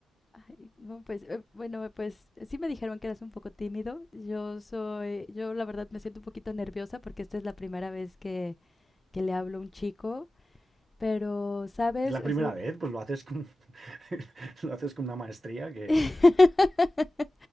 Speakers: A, on the left (about 25°); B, on the right (about 35°).
A: Ay, no, pues, eh, bueno, pues sí me dijeron que eras un poco tímido. Yo soy, yo la verdad me siento un poquito nerviosa porque esta es la primera vez que, que le hablo a un chico, pero, ¿sabes?
B: Es la
A: O
B: primera
A: sea,
B: vez, pues lo haces con, <laughs> lo haces con una maestría que
A: <laughs>